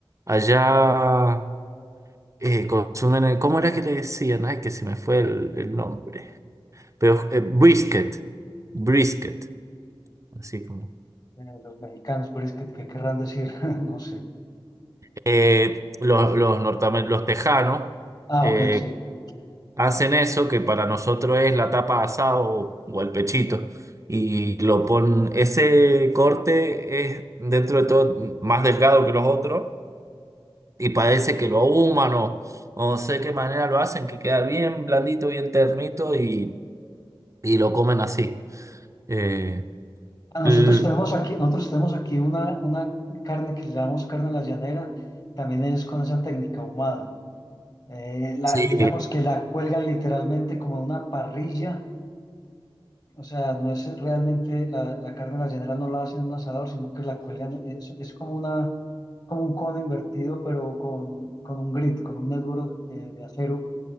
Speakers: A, on the right (about 35°); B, on the left (about 45°).
A: Allá eh, consumen, el- ¿cómo era que le decían? Ay, que se me fue el, el nombre. Pero eh, brisket, brisket, así como.
B: de los mexicanos, brisket, ¿qué querrán decir? <laughs> No sé.
A: Eh, los, los, nortame- los tejanos
B: Ah,
A: eh,
B: ok, sí.
A: hacen eso que para nosotros es la tapa asado o el pechito. Y lo ponen, ese corte es dentro de todo más delgado que los otros y parece que lo ahuman o, o no sé qué manera lo hacen, que queda bien blandito, bien ternito y y lo comen así. Eh,
B: Ah, nosotros
A: l-
B: tenemos aquí, nosotros tenemos aquí una, una carne que le llamamos carne a la llanera, también es con esa técnica ahumada. Eh, la,
A: sí.
B: digamos que la cuelgan literalmente como a una parrilla, o sea, no es realmente la, la carne a la llanera, no la hacen en un asador, sino que la cuelgan, es, es como una, como un cono invertido, pero con, con un grid, con un neturo eh, de acero,